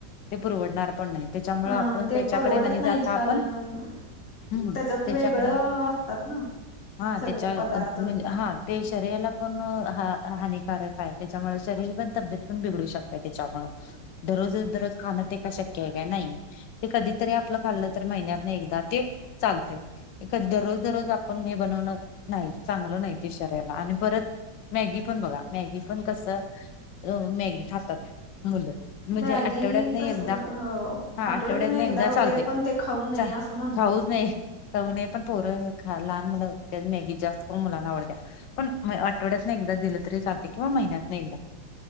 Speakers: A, on the left; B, on the left.
A: ते पुरवडणार पण नाही. त्याच्यामुळे
B: हा
A: आपण
B: ते
A: त्याच्याकडे
B: परवडत
A: नाही
B: नाहीच
A: जाता आपण
B: कारण
A: हम्म,
B: त्याच्यात
A: त्याच्याकडे
B: वेगळं असतात ना
A: हा
B: सगळं
A: त्याच्या
B: पदार्थ
A: अ म्हणजे हा ते शरीराला पण हा -हानिकारक आहे, त्याच्यामुळे शरीर पण तब्येत पण बिघडू शकत त्याच्यामुळ‌. दररोज दररोज खाणं ते का शक्य आहे का नाही. ते कधीतरी आपलं खाल्लं तर महिन्यात एकदा ते चालते. खर दररोज दररोज आपण हे बनवणं नाही चांगलं नाही ते शक्य आणि परत मॅगी पण बघा मॅगी पण कसं मॅगी खातात. मुलं म्हणजे
B: मॅगी
A: आठवड्यात एकदा
B: कसं
A: हा
B: आठवडत
A: आठवड्यात नाही एकदा चालते.
B: वगैरे पण ते खाऊ नये
A: चाल
B: असं म्हणतात
A: खाऊच नये. करू नये पण थों लहान मुलं त्या मॅगी जास्त पण मुलांना आवडत्या. पण म आठवड्यात एकदा दिलं तरीचालते किंवा महिन्यात ना एकदा.